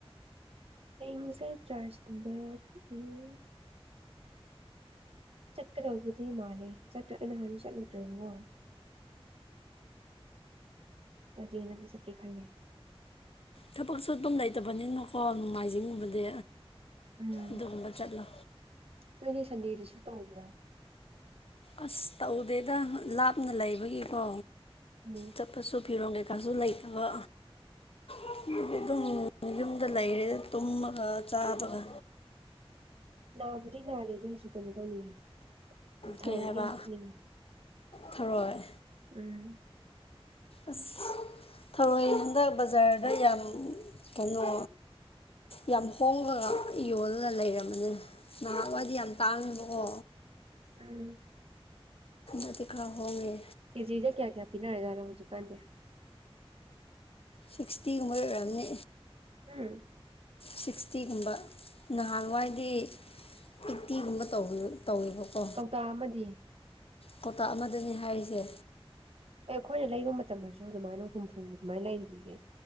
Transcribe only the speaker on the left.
ꯊꯕꯛꯁꯨ ꯑꯗꯨꯝ ꯂꯩꯇꯕꯅꯤꯅꯀꯣ ꯅꯣꯡꯃꯥꯏꯖꯤꯡꯒꯨꯝꯕꯗꯤ
ꯑꯗꯨꯒꯨꯝꯕ ꯆꯠꯂꯣ
ꯑꯁ ꯇꯧꯗꯦꯗ ꯂꯥꯞꯅ ꯂꯩꯕꯒꯤꯀꯣ
ꯆꯠꯄꯁꯨ ꯐꯤꯔꯣ ꯀꯩꯀꯥꯁꯨ ꯂꯩꯇꯕ ꯑꯩꯗꯤ ꯑꯗꯨꯝ ꯌꯨꯝꯗ ꯂꯩꯔꯦ ꯇꯨꯝꯃꯒ ꯆꯥꯕꯒ
ꯀꯩ ꯍꯥꯏꯕ
ꯊꯔꯣꯏ
ꯑꯁ ꯊꯔꯣꯏ ꯍꯗꯛ ꯕꯖꯥꯔꯗ ꯌꯥꯝ ꯀꯩꯅꯣ ꯌꯥꯝ ꯍꯣꯉꯒ ꯌꯣꯜꯂꯒ ꯂꯩꯔꯝꯕꯅꯦ ꯅꯍꯥꯜꯋꯥꯏꯗꯤ ꯌꯥꯝ ꯇꯥꯡꯉꯤꯕꯀꯣ
ꯑꯗꯤ ꯈꯔ ꯍꯣꯉꯦ
ꯁꯤꯛ꯭ꯁꯇꯤꯒꯨꯝꯕ ꯑꯣꯏꯔꯝꯅꯤ
ꯁꯤꯛ꯭ꯁꯇꯤꯒꯨꯝꯕ ꯅꯍꯥꯟꯋꯥꯏꯗꯤ ꯐꯤꯞꯇꯤꯒꯨꯝꯕ ꯇꯧꯕꯅꯤ ꯇꯧꯋꯦꯕꯀꯣ
ꯀꯧꯇꯥꯥꯛ ꯑꯃꯗꯅꯦ ꯍꯥꯏꯔꯤꯁꯦ